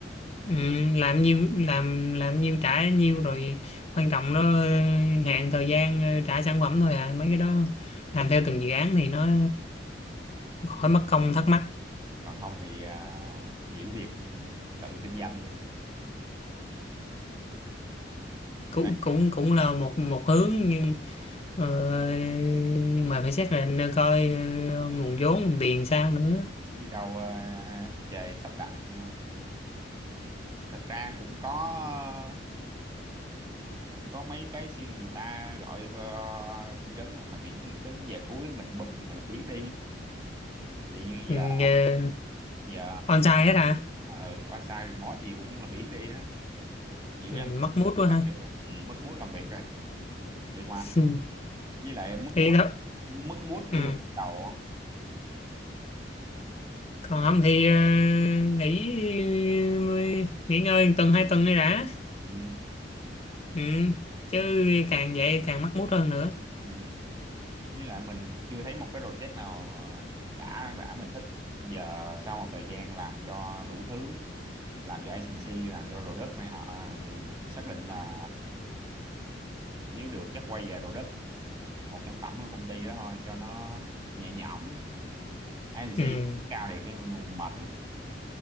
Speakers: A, on the left (about 35°); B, on the right (about 25°).
A: ừ,
B: Chứ
A: làm nhiêu làm làm nhiêu trả nhiêu rồi quan trọng nó ờ, hạn thời gian ờ, trả sản phẩm thôi à mấy cái đó làm theo từng dự án thì nó khỏi mất công thắc mắc
B: còn không thì à, nghỉ việc tự kinh doanh luôn
A: cũng
B: đang
A: cũng cũng là một một hướng nhưng Ờ, nhưng mà phải xác định coi ờ, nguồn vốn nguồn tiền sao nữa
B: biết đâu à, trời sắp đặt ừ. thực ra cũng có cũng có mấy cái suy người ta gọi ờ, phỏng vấn rồi mà tiện tính giờ cuối mình bùm mình làm biến đi thì
A: ừ,
B: giờ
A: uh,
B: giờ
A: on hết à
B: ờ on-site thì boss gì cũng là biển đi á kiểu
A: ừ,
B: em
A: mất mút quá ha
B: làm việc á. ừ, mất mút làm việc rồi thiệt mà
A: ừ,
B: với lại mất
A: thì
B: mút
A: đó
B: mất mút
A: ừ.
B: build đầu á.
A: còn không thì ờ, nghỉ ờ, nghỉ ngơi một tuần hai tuần đi đã
B: ừ,
A: ừ. chứ càng vậy càng mất mút hơn nữa
B: ừ. với lại mình chưa thấy một cái project nào ờ, đã đã mình thích giờ sau một thời gian làm cho đủ thứ làm cho agency làm cho product này nọ thì xác định là nếu được chắc quay về product một sản phẩm của công ty đó thôi cho nó nhẹ nhõm agency
A: ừ.
B: cao thiệt nhưng mà mệt lắm